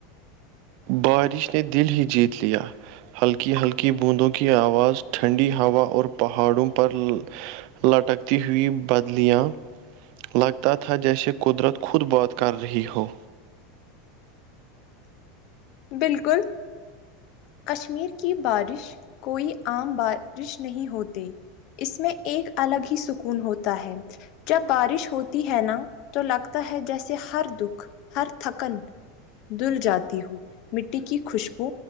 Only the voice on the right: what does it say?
بارش نے دل ہی جیت لیا ہلکی ہلکی بوندوں کی آواز ٹھنڈی ہوا اور پہاڑوں پر لٹکتی ہوئی بدلیاں لگتا تھا جیسے قدرت خود بات کر رہی ہو